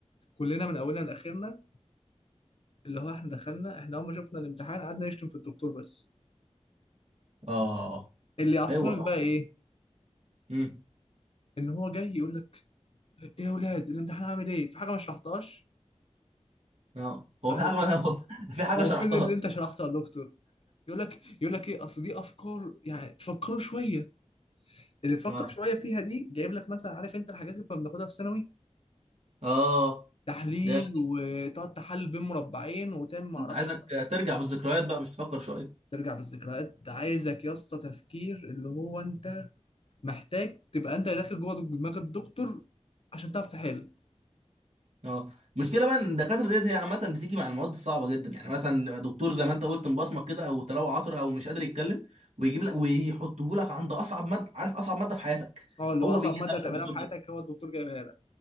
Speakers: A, on the left; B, on the right.
A: كلنا من اولنا لاخرنا اللي هو احنا دخلنا احنا اول ما شفنا الامتحان قعدنا نشتم في الدكتور بس
B: اه
A: اللي يعصبك
B: هو
A: بقى ايه
B: امم
A: ان هو جاي يقول لك ايه يا اولاد الامتحان عامل ايه في حاجه ما شرحتهاش
B: اه هو
A: انا
B: في
A: كنت
B: حاجه <laughs> هو في حاجه
A: هو
B: شرحتها
A: فين اللي انت شرحته يا دكتور يقول لك يقول لك ايه اصل دي افكار يعني تفكروا شويه اللي تفكر
B: اه
A: شويه فيها دي جايب لك مثلا عارف انت الحاجات اللي كنا بناخدها في ثانوي
B: اه
A: تحليل
B: ده
A: وتقعد تحلل بين مربعين وتعمل ما
B: انت
A: اعرفش
B: عايزك ترجع بالذكريات بقى مش تفكر شويه
A: ترجع بالذكريات ده عايزك يا اسطى تفكير اللي هو انت محتاج تبقى انت داخل جوه دماغ الدكتور عشان تعرف تحل
B: اه المشكله بقى ان الدكاتره ديت هي عامه بتيجي مع المواد الصعبه جدا يعني مثلا دكتور زي ما انت قلت مبصمك كده او تلاوه عطره او مش قادر يتكلم ويجيب لك ويحطه لك عند اصعب ماده عارف اصعب ماده في حياتك
A: اه اللي
B: هو
A: هو اصعب
B: بيجي
A: ماده
B: لك
A: هتقابلها
B: الدكتور
A: في حياتك
B: ده
A: هو الدكتور جايبها لك